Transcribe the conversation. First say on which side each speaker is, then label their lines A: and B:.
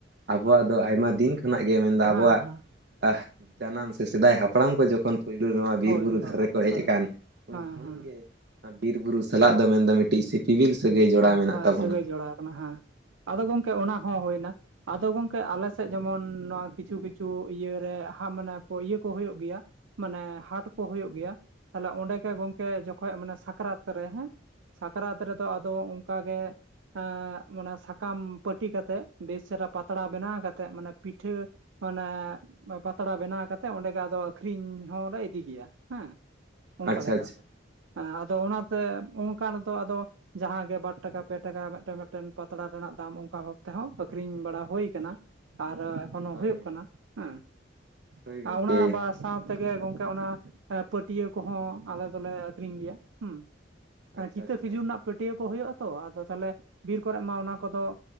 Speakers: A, on the right; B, on the right.
A: ᱟᱵᱚᱣᱟᱜ ᱫᱚ ᱟᱭᱢᱟ ᱫᱤᱱ ᱠᱷᱚᱱᱟᱜ ᱜᱮ ᱢᱮᱱᱫᱚ ᱟᱵᱚᱣᱟᱜ
B: ᱦᱮᱸ ᱦᱮᱸ
A: ᱟ ᱡᱟᱱᱟᱢ ᱥᱮ ᱥᱮᱫᱟᱭ ᱦᱟᱯ ᱦᱟᱯᱲᱟᱢ ᱠᱚ ᱡᱚᱠᱷᱚᱱ ᱯᱳᱭᱞᱳ ᱱᱚᱣᱟ ᱵᱤᱨ
B: ᱦᱳᱭ
A: ᱵᱩᱨᱩ ᱫᱷᱟᱨᱮ
B: ᱦᱳᱭ
A: ᱨᱮᱠᱚ ᱦᱮᱡ
B: ᱦᱮᱸ
A: ᱟᱠᱟᱱ ᱩᱱ
B: ᱦᱮᱸ
A: ᱠᱷᱚᱱ
B: ᱦᱮᱸ
A: ᱜᱮ ᱵᱤᱨ ᱵᱩᱨᱩ ᱥᱟᱞᱟᱜ ᱫᱚ ᱢᱮᱱᱫᱚ ᱢᱤᱫᱴᱤᱡ ᱥᱤᱯᱤᱵᱤᱞ ᱥᱟᱹᱜᱟᱹᱭ ᱡᱚᱲᱟᱣ
B: ᱦᱮᱸ
A: ᱢᱮᱱᱟᱜ ᱛᱟᱵᱚᱱᱟ
B: ᱥᱟᱹᱜᱟᱹᱭ
A: ᱾
B: ᱡᱚᱲᱟᱣ ᱟᱠᱟᱱᱟ ᱦᱟᱸᱜ ᱾ ᱟᱫᱚ ᱜᱚᱢᱠᱮ ᱚᱱᱟ ᱦᱚᱸ ᱦᱩᱭᱱᱟ ᱾ ᱟᱫᱚ ᱜᱚᱝᱠᱮ ᱟᱞᱮᱥᱮᱫ ᱡᱮᱢᱚᱱ ᱱᱚᱣᱟ ᱠᱤᱪᱷᱩ, ᱠᱤᱪᱷᱩ ᱤᱭᱟᱹ ᱨᱮ ᱦᱟᱸᱜ ᱢᱟᱱᱮ ᱤᱭᱟᱹ ᱠᱚ ᱦᱩᱭᱩᱜ ᱜᱮᱭᱟ ᱾ ᱢᱟᱱᱮ ᱦᱟᱸᱴ ᱠᱚ ᱦᱩᱭᱩᱜ ᱜᱮᱭᱟ᱾ ᱛᱟᱦᱚᱞᱮ ᱚᱸᱰᱮ ᱜᱮ ᱜᱚᱢᱠᱮ ᱡᱚᱠᱷᱚᱡ ᱢᱟᱱᱮ ᱥᱟᱠᱨᱟᱛ ᱨᱮ ᱦᱮᱸ ᱾ ᱥᱟᱠᱨᱟᱛ ᱨᱮᱫᱚ ᱟᱫᱚ ᱚᱱᱠᱟ ᱜᱮ ᱾ ᱟ ᱥᱟᱠᱟᱢ ᱯᱟᱹᱴᱤ ᱠᱟᱛᱮᱜ ᱵᱮᱥ ᱪᱮᱦᱨᱟ ᱯᱟᱛᱲᱟ ᱵᱮᱱᱟᱣ ᱠᱟᱛᱮᱫ ᱢᱟᱱᱮ ᱯᱤᱴᱷᱟᱹ ᱚᱱᱮ ᱯᱟᱛᱲᱟ ᱵᱮᱱᱟᱣ ᱠᱟᱛᱮᱜ, ᱚᱸᱰᱮ ᱜᱮ ᱟᱫᱚ ᱟᱹᱠᱷᱨᱤᱧ ᱦᱚᱸ ᱞᱮ ᱤᱫᱤ ᱜᱮᱭᱟ ᱦᱮᱸ ᱾ ᱚᱱᱠᱟ
A: ᱟᱪᱪᱷᱟ
B: ᱞᱮᱠᱟ᱾
A: ᱟᱪᱪᱷᱟ
B: ᱟᱫᱚ ᱚᱱᱟ ᱛᱮ ᱚᱱᱠᱟ ᱟᱞᱮ ᱫᱚ ᱟᱫᱚ ᱡᱟᱦᱟᱸᱜ ᱜᱮ ᱵᱟᱨ ᱴᱟᱠᱟ, ᱯᱮ ᱴᱟᱠᱟ ᱢᱤᱫᱴᱮᱱ, ᱢᱤᱫᱴᱮᱱ ᱯᱟᱛᱲᱟ ᱨᱮᱱᱟᱜ ᱫᱟᱢ ᱚᱱᱠᱟ ᱵᱷᱟᱵ ᱛᱮᱦᱚᱸ ᱟᱠᱷᱨᱤᱧ ᱵᱟᱲᱟ ᱦᱳᱭ ᱠᱟᱱᱟ ᱾ ᱟᱨ ᱮᱠᱷᱚᱱᱳ
A: ᱦᱳᱭ
B: ᱦᱩᱭᱩᱜ ᱠᱟᱱᱟ ᱦᱮᱸ ᱾
A: ᱦᱳᱭ ᱜᱚᱢᱠᱮ
B: ᱚᱱᱟ ᱵᱟ ᱥᱟᱶ ᱛᱮᱜᱮ ᱜᱚᱝᱠᱮ ᱚᱱᱟ ᱯᱟᱹᱴᱭᱟᱹ ᱠᱚᱦᱚᱸ ᱟᱞᱮ ᱫᱚᱞᱮ ᱟᱹᱠᱷᱨᱤᱧ ᱜᱮᱭᱟ ᱦᱩᱸ᱾ ᱦᱮᱸ
A: ᱟᱪᱪᱷᱟ
B: ᱠᱤᱛᱟᱹ
A: ᱟᱪᱪᱷᱟ
B: ᱠᱷᱤᱡᱩᱨ ᱨᱮᱱᱟᱜ ᱯᱟᱹᱴᱭᱟᱹ ᱠᱚ ᱦᱩᱭᱩᱜ ᱟᱛᱚ, ᱟᱫᱚ ᱛᱟᱦᱚᱞᱮ ᱵᱤᱨ ᱠᱚᱨᱮ ᱢᱟ ᱚᱱᱟ ᱠᱚᱫᱚ